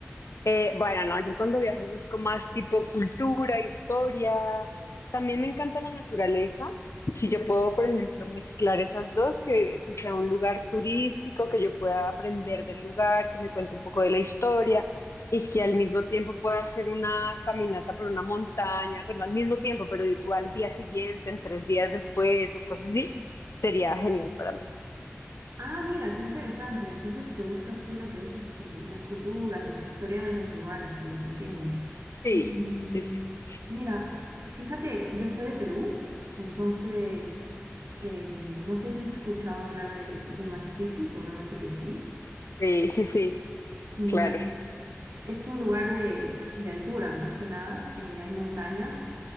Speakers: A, on the left; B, on the right.
A: Eh, bueno, no, yo cuando viajo busco más tipo cultura, historia. También me encanta la naturaleza. Si yo puedo, por ejemplo, mezclar esas dos, que, que sea un lugar turístico, que yo pueda aprender del lugar, que me cuente un poco de la historia y que al mismo tiempo pueda hacer una caminata por una montaña, bueno, al mismo tiempo, pero tú al día siguiente, en tres días después o cosas así, sería genial para mí.
B: Ah, mira, qué interesante. Entonces, te gusta así lo que es este, las culturas, las historias de los lugares, por lo que entiendo.
A: Sí,
B: Mm,
A: sí, sí, sí.
B: mira, fíjate, yo soy de Perú, entonces, em, no sé si has escuchado hablar de, de Machu Picchu, seguramente que sí.
A: Sí, sí, sí,
B: Mira.
A: claro,
B: Es un lugar de, de altura, más que nada. eh, hay montañas